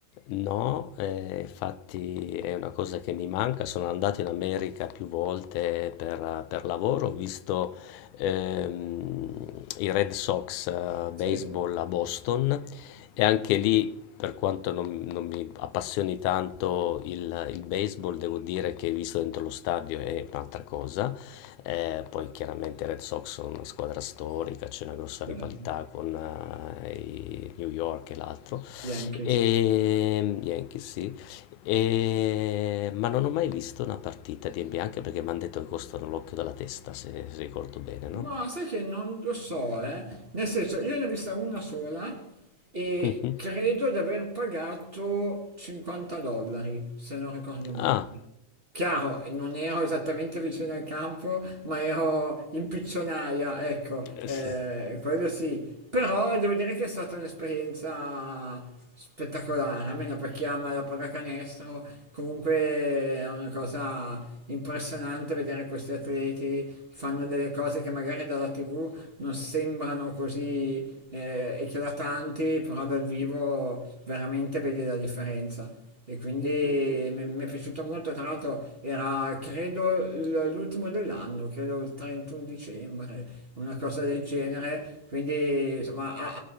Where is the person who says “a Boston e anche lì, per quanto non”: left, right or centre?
Left